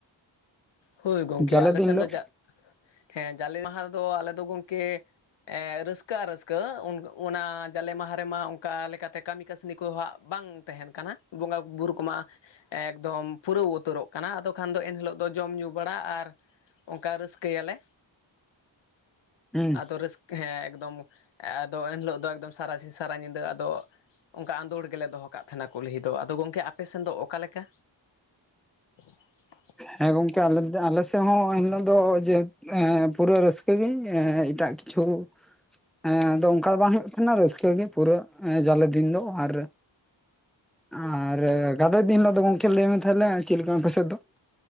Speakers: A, on the left (about 70°); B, in the centre.
A: ᱦᱳᱭ ᱜᱚᱢᱠᱮ
B: ᱡᱟᱞᱮ
A: ᱟᱞᱮ
B: ᱫᱤᱱ
A: ᱥᱮᱱ
B: ᱦᱤᱞᱳᱜ?
A: ᱫᱚ ᱦᱮᱸ ᱡᱟᱞᱮ ᱢᱟᱦᱟ ᱨᱮᱫᱚ ᱟᱞᱮ ᱫᱚ ᱜᱚᱢᱠᱮ ᱨᱟᱹᱥᱠᱟᱹ ᱟᱨ ᱨᱟᱹᱥᱠᱟᱹ ᱚᱱᱟ ᱡᱟᱞᱮ ᱢᱟᱦᱟ ᱨᱮᱢᱟ ᱚᱱᱠᱟ ᱞᱮᱠᱟᱛᱮ ᱠᱟᱹᱢᱤ ᱠᱟᱹᱥᱱᱤ ᱠᱚ ᱦᱟᱸᱜ ᱵᱟᱝ ᱛᱟᱦᱮᱱ ᱠᱟᱱᱟ ᱵᱚᱸᱜᱟ ᱵᱩᱨᱩ ᱠᱚᱢᱟ ᱮᱠᱫᱚᱢ ᱯᱩᱨᱟᱹᱣ ᱩᱛᱟᱹᱨᱚᱜ ᱠᱟᱱᱟ ᱟᱫᱚ ᱠᱷᱟᱱ ᱫᱚ ᱮᱱᱦᱤᱞᱳᱜ ᱫᱚ ᱡᱚᱢ ᱧᱩ ᱵᱟᱲᱟ ᱟᱨ ᱚᱱᱠᱟ ᱨᱟᱹᱥᱠᱟᱹᱭᱟᱞᱮ
B: ᱦᱩᱸ
A: ᱟᱫᱚ ᱨᱟᱹᱥᱠᱟᱹ ᱦᱮᱸ ᱮᱠᱫᱚᱢ ᱟᱫᱚ ᱮᱱᱦᱤᱞᱳᱜ ᱫᱚ ᱮᱠᱚᱢ ᱥᱟᱨᱟ ᱥᱤᱧ ᱥᱟᱨᱟ ᱧᱤᱫᱟᱹ ᱟᱫᱚ ᱚᱱᱠᱟ ᱟᱸᱫᱳᱲ ᱜᱮᱞᱮ ᱫᱚᱦᱚ ᱠᱟᱜ ᱛᱟᱦᱮᱱᱟ ᱠᱩᱞᱦᱤ ᱫᱚ ᱟᱫᱚ ᱜᱚᱢᱠᱮ ᱟᱯᱮᱥᱱ ᱫᱚ ᱚᱠᱟᱞᱮᱠᱟ <unintelligible>
B: ᱦᱮᱸ ᱜᱚᱝᱠᱮ ᱟᱞᱮ ᱟᱞᱮ ᱥᱮᱫ ᱦᱚᱸ ᱮᱱ ᱦᱤᱞᱚᱜ ᱫᱚ ᱡᱮ ᱮᱸ ᱯᱩᱨᱟᱹ ᱨᱟᱹᱥᱠᱟᱹᱜ ᱜᱮ ᱮᱴᱟᱜ ᱠᱤᱪᱷᱩ ᱮᱸ ᱟᱫᱚ ᱚᱱᱠᱟ ᱫᱚ ᱵᱟᱝ ᱦᱩᱭᱩᱜ ᱛᱟᱦᱮᱱᱟ ᱨᱟᱹᱥᱠᱟᱹ ᱜᱮ ᱯᱩᱨᱟᱹ ᱡᱟᱞᱮ ᱫᱤᱱ ᱫᱚ ᱟᱨ ᱟᱨ ᱜᱟᱫᱚᱭ ᱫᱤᱱ ᱦᱤᱞᱳᱜ ᱫᱚ ᱜᱚᱝᱠᱮ ᱞᱟᱹᱭ ᱢᱮ ᱛᱟᱦᱚᱞᱮ ᱪᱮᱫ ᱞᱮᱠᱟ ᱟᱯᱮ ᱥᱮᱫ ᱫᱚ